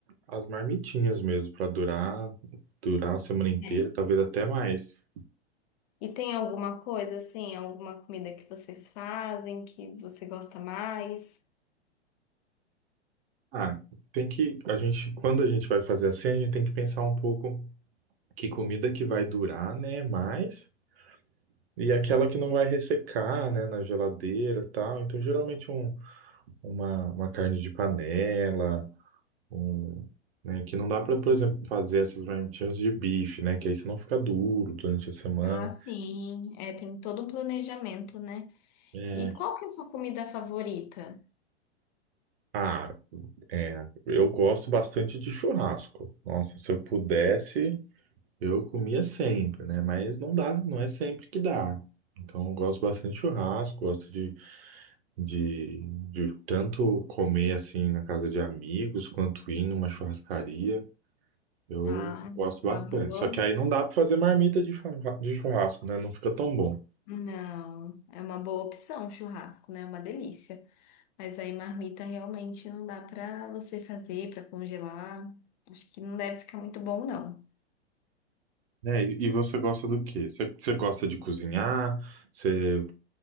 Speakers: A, on the right; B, on the left.
A: as marmitinhas mesmo, para durar, durar a semana inteira,
B: é.
A: talvez até mais.
B: E tem alguma coisa assim, alguma comida que vocês fazem que você gosta mais?
A: Ah, tem que, a gente, quando a gente vai fazer assim, a gente tem que pensar um pouco que comida que vai durar, né, mais, e aquela que não vai ressecar, né, na geladeira e tal. Então, geralmente um, uma, uma carne de panela, Um, né, que não dá para, por exemplo, fazer essas marmitinhas de bife, né? Que aí senão fica duro durante a semana.
B: Ah, sim. É, tem todo um planejamento, né?
A: É,
B: E qual que é a sua comida favorita?
A: ah, é, eu gosto bastante de churrasco. Nossa, se eu pudesse, eu comia sempre, né? Mas não dá, não é sempre que dá. Então, eu gosto bastante de churrasco, gosto de, de, de tanto comer assim na casa de amigos, quanto ir numa churrascaria. Eu
B: Ah,
A: gosto
B: uma
A: bastante.
B: boa.
A: Só que aí não dá para fazer marmita de churra- de churrasco, né? Não fica tão bom.
B: Não, é uma boa opção, churrasco, né? É uma delícia. Mas aí marmita realmente não dá pra você fazer, pra congelar. Acho que não deve ficar muito bom, não.
A: né? E, e você gosta do quê? Você, você gosta de cozinhar? Você,